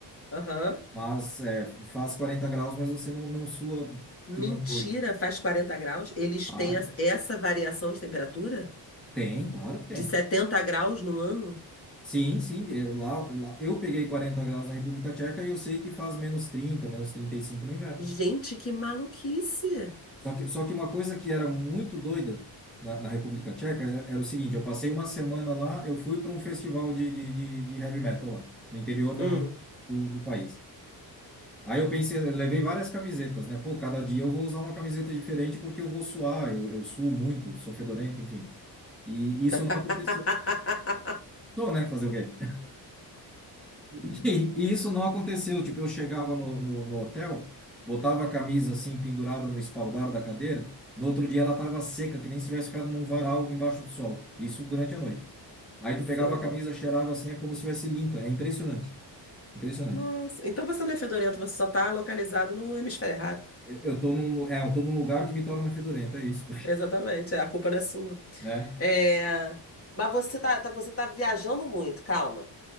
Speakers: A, on the left (about 30°); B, in the centre.
A: <laughs> Aham.
B: Mas é, faz 40 graus, mas você não, não sua
A: Mentira,
B: que nem um doido.
A: faz 40 graus? Eles
B: Ai,
A: têm as- essa variação de temperatura?
B: tem, claro que tem.
A: De 70 graus no ano?
B: Sim, sim, eh, lá, lá- eu peguei 40 graus na República Tcheca e eu sei que faz menos 30, menos 35 no inverno.
A: Gente, que maluquice!
B: Só que, só que uma coisa que era muito doida na, na República Tcheca era, era o seguinte: eu passei uma semana lá, eu fui para um festival de, de, de, de heavy metal lá, no interior da,
A: Hum.
B: do, do país. Aí eu pensei, eu levei várias camisetas, né? Pô, cada dia eu vou usar uma camiseta diferente porque eu vou suar, eu, eu suo muito, sou fedorento, enfim. E isso não
A: <laughs>
B: aconteceu. Sou, né? Fazer o quê? E e isso não aconteceu. Tipo, eu chegava no, no, no hotel, botava a camisa assim pendurada no espaldar da cadeira. No outro dia ela estava seca, que nem se tivesse ficado num varal embaixo do sol. Isso durante a noite. Aí tu
A: Nossa.
B: pegava a camisa, cheirava assim, é como se tivesse limpa. É impressionante. Impressionante.
A: Nossa. Então você não é fedorento, você só está localizado no hemisfério errado.
B: Eu, eu tô num, lu- é, eu tô num lugar que me torna fedorento, é isso,
A: Exatamente, é, a culpa não é sua.
B: <laughs> né?
A: É, Mas você tá, tá- você tá viajando muito, calma.